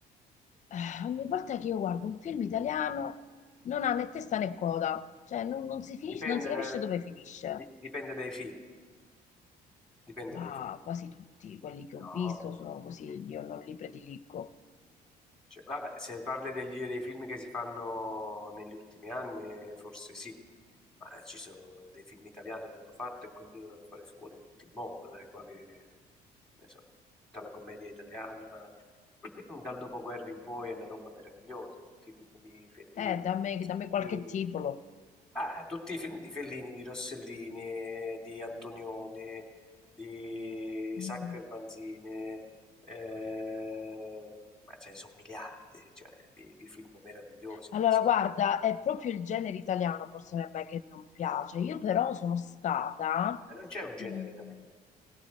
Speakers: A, on the left (about 45°); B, in the centre.
A: eh, ogni volta che io guardo un film italiano, non ha né testa né coda, cioè non, non si finisce,
B: Dipende,
A: non si capisce dove finisce.
B: di- dipende dai film, dipende
A: Ma
B: dai film.
A: quasi tutti quelli che
B: No.
A: ho visto sono così, io non li prediligo.
B: Cioè, vabbè, se parli degli- dei film che si fanno negli ultimi anni, forse sì, ma eh, ci sono dei film italiani che hanno fatto e continuano a fare scuole in tutto il mondo, dai quali, ne so, tutta la commedia italiana, <clears throat> dal dopoguerra in poi è una roba meravigliosa, tutti i film di Fellini,
A: Eh, dammi, dammi qualche
B: di-
A: titolo.
B: Ah, tutti i film di Fellini, di Rossellini, di Antonioni, di
A: Mm.
B: Sacco e Manzini, eh, ma ce ne sono miliardi, cioè, di, di film meravigliosi.
A: Allora,
B: che-
A: guarda, è proprio il genere italiano forse a me che non piace. Io però sono stata...
B: e non c'è un genere
A: Mm,
B: italiano,